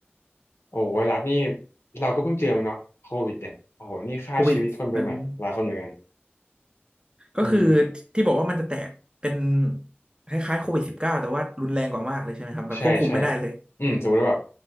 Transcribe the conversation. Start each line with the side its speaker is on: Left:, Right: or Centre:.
Left: โอ้ไวรัสนี่เราก็เพิ่งเจอมันเนาะโควิดเนี่ยโอ้โหนี่ฆ่าชีวิตคนไปใหม่หลายคนเหมือนกัน
Right: โควิดอืม ก็คือ
Left: อืม
Right: ที่บอกว่ามันจะแตกเป็นคล้ายๆโควิดสิบเก้าแต่ว่ารุนแรงกว่ามากเลยใช่ไหมครับแบบควบคุมไม่ได้เลย
Left: ใช่ใช่อืมสมมติว่าแบบ